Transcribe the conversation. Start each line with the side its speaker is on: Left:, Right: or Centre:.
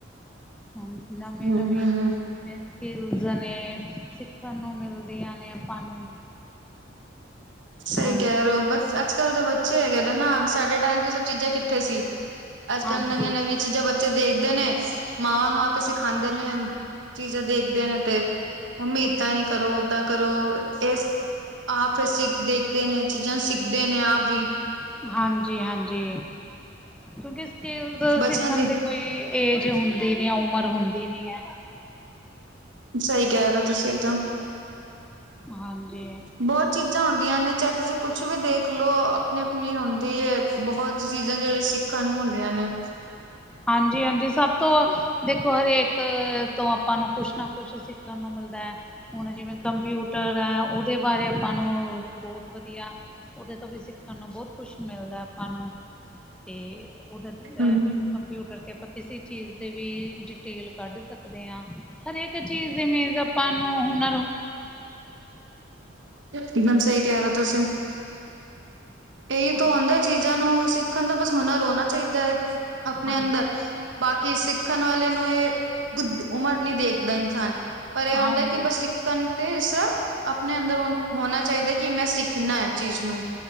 Centre: ਹੁਣ ਨਵੀਂ-ਨਵੀਂ
Right: ਹੂੰ ਹੂੰ
Centre: ਜਿਵੇਂ
Right: ਹੂੰ,
Centre: ਸਕਿਲਸ ਨੇ ਸਿੱਖਣ ਨੂੰ ਮਿਲਦੀ ਨੇ ਆਪਾਂ ਨੂੰ।
Right: ਸਹੀ
Centre: ਹਾਂ
Right: ਕਹਿ ਰਹੇ ਹੋ ਬੱਸ ਅੱਜ ਅੱਜ ਕੱਲ ਦੇ ਬੱਚੇ ਹੈਗੇ ਨੇ ਨਾ ਸਾਡੇ ਟਾਈਮ ਚ ਸਭ ਚੀਜ਼ਾਂ ਕਿੱਥੇ ਸੀ ਅੱਜ
Centre: ਹਾਂਜੀ
Right: ਕੱਲ ਨਵੀਆਂ ਨਵੀਂ ਚੀਜ਼ਾਂ ਬੱਚੇ ਦੇਖਦੇ ਨੇ ਮਾਵਾਂ ਨੂੰ ਆ ਕੇ ਸਿਖਾਦੇ ਨੇ। ਚੀਜ਼ਾਂ ਦੇਖਦੇ ਨੇ ਤੇ ਮੰਮੀ ਏਦਾਂ ਨੀਂ ਕਰੋ, ਉਦਾਂ ਕਰੋ ਇਸ ਆਪ ਸੀਖ ਦੇਖਦੇ ਨੇ ਚੀਜ਼ਾਂ ਸਿੱਖਦੇ ਨੇ ਆਪ ਵੀ
Centre: ਹਾਂਜੀ ਹਾਂਜੀ, ਕਿਉਂਕਿ ਸਕਿਲਸ
Right: ਬੱਚਿਆਂ
Centre: ਸਿਖਣ
Right: ਦੀ
Centre: ਦੇ ਕੋਈ ਏਜ ਹੁੰਦੀ ਨੀਂ ਏ ਉਮਰ ਹੁੰਦੀ ਨੀਂ ਐ।
Right: ਸਹੀ ਕਹਿ ਰਹੇ ਹੋ ਤੁਸੀਂ ਇੱਕਦਮ,
Centre: ਹਾਂਜੀ
Right: ਬਹੁਤ ਚੀਜ਼ਾਂ ਹੁੰਦੀਆਂ ਨੇਂ ਚਾਹੇ ਤੁਸੀਂ ਕੁੱਛ ਵੀ ਦੇਖ ਲਓ ਆਪਣੀ-ਆਪਣੀ ਹੁੰਦੀ ਐ ਬਹੁਤ ਚੀਜ਼ਾਂ ਜਿਹੜੇ ਸਿੱਖਣ ਸਿੱਖਣ ਨੂੰ ਹੁੰਦੀਆਂ ਨੇਂ।
Centre: ਹਾਂਜੀ ਹਾਂਜੀ ਸਭ ਤੋਂ ਦੇਖੋ ਹਰੇਕ ਤੋਂ ਆਪਾਂ ਨੂੰ ਕੁੱਛ ਨਾਂ ਕੁੱਛ ਸਿੱਖਣ ਨੂੰ ਮਿਲਦਾ ਐ, ਹੁਣ ਜਿਵੇਂ ਕੰਪਿਊਟਰ ਐ ਉਹਦੇ ਬਾਰੇ ਆਪਾਂ ਨੂੰ ਬਹੁਤ ਵਧੀਆ ਉਹਦੇ ਤੋਂ ਵੀ ਸਿੱਖਣ ਨੂੰ ਬਹੁਤ ਕੁੱਛ ਮਿਲਦਾ ਆਪਾਂ ਨੂੰ ਤੇ ਉਹਦੇ ਅ
Right: ਹਮ
Centre: ਕੰਪਿਊਟਰ ਤੇ ਆਪਾਂ ਕਿਸੇ ਚੀਜ਼ ਦੇ ਵੀ ਡਿਟੇਲ ਕੱਢ ਸਕਦੇ ਆਂ। ਹਰੇਕ ਚੀਜ਼ ਜਿਵੇਂ ਆਪਾਂ ਨੂੰ ਹੁਣ
Right: ਇੱਕਦਮ ਸਹੀ ਕਹਿ ਰਹੇ ਔ ਤੁਸੀਂ ਇਹੀ ਤਾਂ
Centre: ਹਾਂ
Right: ਹੁੰਦਾ ਚੀਜ਼ਾਂ ਨੂੰ ਸਿੱਖਣ ਦਾ ਬਸ ਹੁਨਰ ਹੋਣਾ ਚਾਈਦਾ ਐ ਆਪਣੇ
Centre: ਹਾਂ
Right: ਅੰਦਰ ਬਾਕੀ ਸਿੱਖਣ ਵਾਲੇ ਨੂੰ ਇਹ ਗੁਦ ਉਮਰ ਨ੍ਹੀਂ ਦੇਖਦਾ ਇਨਸਾਨ ਪਰ ਇਹ
Centre: ਹਾਂਜੀ
Right: ਆਉਂਦਾ ਕਿ ਬਸ ਸਿੱਖਣ ਤੇ ਇਸਰ੍ਹਾਂ ਆਪਣੇ ਅੰਦਰ ਹੋਣਾ ਚਾਹੀਦਾ ਕਿ ਮੈਂ ਸਿੱਖ ਸਿੱਖਣਾ ਐ ਚੀਜ਼ ਨੂੰ